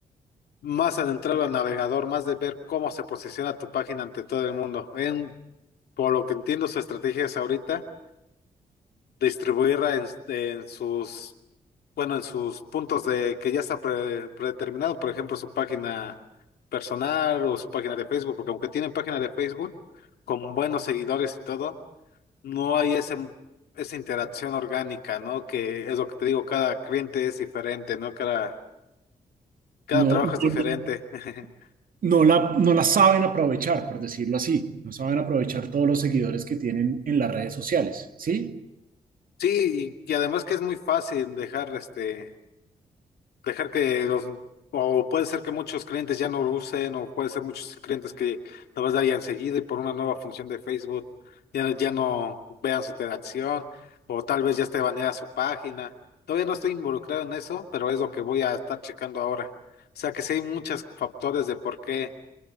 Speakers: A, on the left (about 80°); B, on the right (about 60°).
A: más adentrado al navegador, más de ver cómo se posiciona tu página ante todo el mundo. En, por lo que entiendo, su estrategia es ahorita. distribuir en, en sus, bueno, en sus puntos de que ya está pre- predeterminado, por ejemplo, su página personal o su página de Facebook, porque aunque tienen página de Facebook con buenos seguidores y todo, no hay ese, esa interacción orgánica, ¿no? Que es lo que te digo, cada cliente es diferente, ¿no? Cada, cada
B: No,
A: trabajo
B: no,
A: es diferente. <laughs>
B: no la, no la saben aprovechar, por decirlo así. No saben aprovechar todos los seguidores que tienen en las redes sociales, ¿sí?
A: Sí, y, y además que es muy fácil dejar este dejar que los, o puede ser que muchos clientes ya no lo usen, o puede ser muchos clientes que lo vas a dar ya enseguida y por una nueva función de Facebook ya, ya no vean su interacción, o tal vez ya esté baneada su página. Todavía no estoy involucrado en eso, pero es lo que voy a estar checando ahora. O sea que sí hay muchos factores de por qué